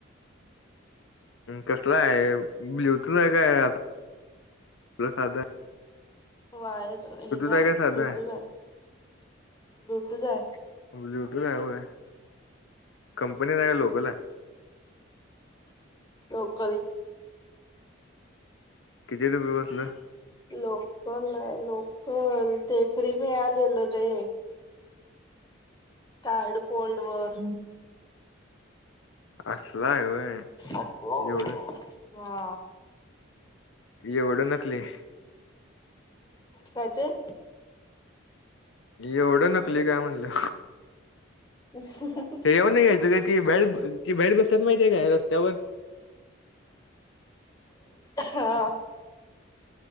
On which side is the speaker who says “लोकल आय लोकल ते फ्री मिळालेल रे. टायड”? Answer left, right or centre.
Left